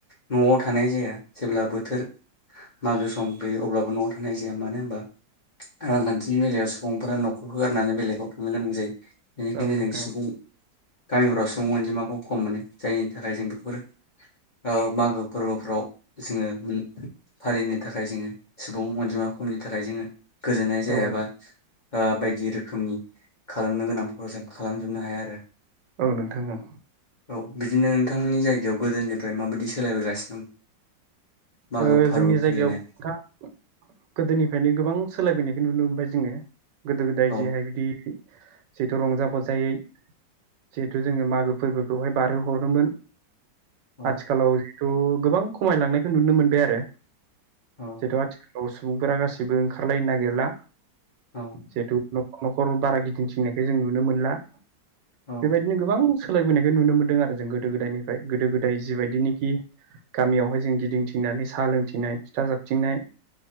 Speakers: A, on the left; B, on the right.
A: न'आव थानाय जाया जेब्ला बोथोर मागो सम गैयो अब्लाबो न'आव थानाय जाया मानो होनबा रांखान्थिनि बेलायाव स बुंफोरा नखरखौ गारनानै बेलेगाव थांनो गोनां जायो। बेनिखायनो
B: ओं नोंथां
A: जों सुबुं गामिफ्राव सुबुं अनजिमाखौ खम मोनो जायनि थाखाय जों बेफोर औ मागो फोरबोफ्राव जोङो उम फालिनो थाखाय जोङो सुबुं अनजिमा खमनि थाखाय जोङो गोजोननाय जाया
B: औ
A: बा ओ बायदि रोखोमनि खालामनो गोनांफोरखौ जों खालामजोबनो हायाआरो
B: औ नोंथां औ।
A: औ बिदिनो नोंथांमोननि जायगायाव गोदोनिफ्राय माबायदि सोलायबोगासिनो दं? मागो
B: ओ
A: फोरबो
B: जोंनि
A: फालिनाया
B: जायगायावथा गोदोनिफ्रायनो गोबां सोलायबोनाय नुनो मोनबाय जोङो। गोदो गोदाय
A: औ
B: जे हायबिदि जिहेथु रंजा बाजायै जिहेथु जोङो मागो फोरबोखौहाय बारहोहरोमोन
A: औ
B: आथिखालाव थु गोबां खमायलांनाय नुनो मोनबाय आरो
A: औ
B: जेथु आथिख औ सुबुंफोरा गासैबो ओंखारलायनो नागिरला
A: औ
B: जेथु न'खर न'खर बारा गिदिंथिंनायखो जों नुनो मोनला।
A: औ
B: बेबायदिनो गोबां सोलायबोनायखौ नुनो मोन्दों आरो जों गोदो गोदायनिफ्राय गोदो गोदाय जिबायदिनिखि गामियावहाय जों। गिदिंथिंनानै सा लोंथिंनाय फिथा जाबथिंनाय